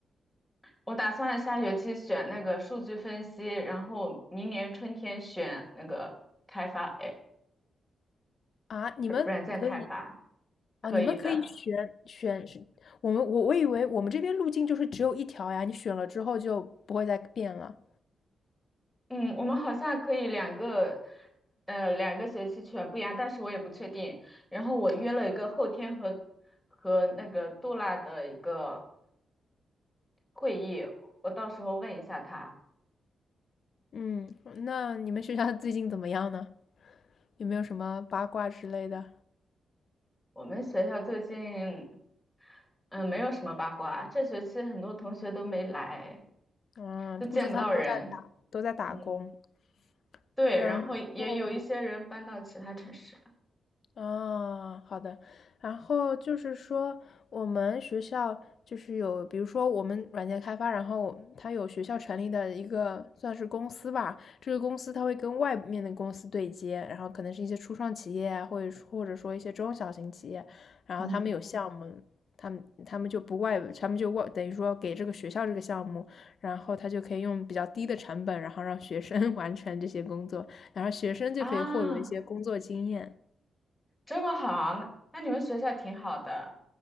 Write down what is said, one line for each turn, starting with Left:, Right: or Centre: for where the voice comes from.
Centre: 我打算下学期选那个数据分析，然后明年春天选那个开发，哎，
Left: 啊，你们可以
Centre: 软件开发，可以的。
Left: 哦，你们可以选选我们我我以为我们这边路径就是只有一条呀，你选了之后就不会再变了。
Centre: 嗯，我们好像可以两个，呃，两个学期全不一样，但是我也不确定。然后我约了一个后天和和那个杜拉的一个会议，我到时候问一下他。
Left: 嗯，那你们学校最近怎么样呢？有没有什么八卦之类的？
Centre: 我们学校最近，嗯，没有什么八卦，这学期很多同学都没来，
Left: 嗯，
Centre: 都见不到人。
Left: 估计他们都在打，都在打工。
Centre: 嗯，对，
Left: 然后，
Centre: 然后也有一些人搬到其他城市了。
Left: 啊，好的。然后就是说，我们学校就是有，比如说我们软件开发，然后它有学校成立的一个算是公司吧。这个公司它会跟外面的公司对接，然后可能是一些初创企业啊，或者或者说一些中小型企业，然后他们有项目，
Centre: 嗯，
Left: 他们他们就不外，他们就外等于说给这个学校这个项目，然后他就可以用比较低的成本，然后让学生 <laughs> 完成这些工作，然后学生就可以获得一些工作经验。
Centre: 啊，这么好，那那你们学校挺好的。